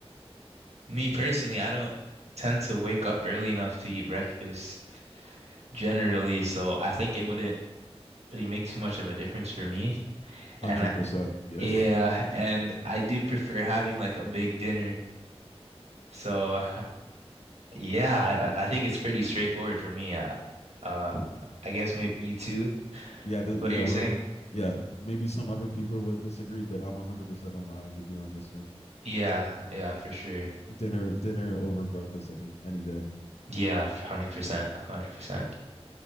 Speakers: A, on the right (about 85°); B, on the left (about 80°).
A: me personally, I don't tend to wake up early enough to eat breakfast generally, so I think it wouldn't really make too much of a difference for me.
B: Hundred
A: And I,
B: percent. Yeah,
A: yeah, and I do prefer having like a big dinner. So yeah, I, I think it's pretty straightforward for me. Uh, uh, I guess maybe you too,
B: <laughs> yeah, the, yeah.
A: what you're
B: We're
A: saying?
B: yeah. Maybe some other people would disagree, but I'm hundred percent in line with you on this one.
A: Yeah, yeah, for sure.
B: Dinner, dinner over breakfast any any day.
A: Yeah, 100%, 100%.